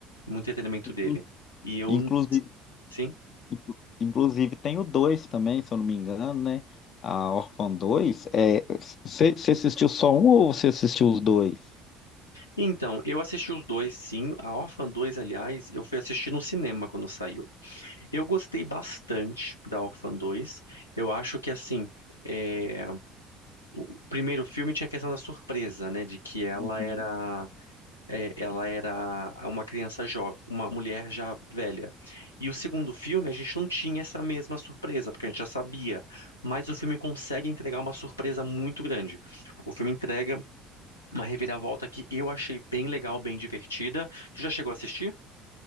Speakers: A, on the left; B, on the left.
A: o entretenimento
B: Inclu-
A: dele. E eu,
B: Inclusive,
A: sim.
B: inclu- inclusive tem o 2 também, se eu não me engano, né? A Órfã dois É... Você você assistiu só um ou você assistiu os dois?
A: Então, eu assisti os dois, sim. A Orphan 2, aliás, eu fui assistir no cinema quando saiu. Eu gostei bastante da Orphan 2. Eu acho que, assim, é, o o primeiro filme tinha a questão da surpresa, né, de que ela
B: Uhum.
A: era É, ela era uma criança jovem, uma mulher já velha. E o segundo filme, a gente não tinha essa mesma surpresa, porque a gente já sabia. Mas o filme consegue entregar uma surpresa muito grande. O filme entrega uma reviravolta que eu achei bem legal, bem divertida. Tu já chegou a assistir?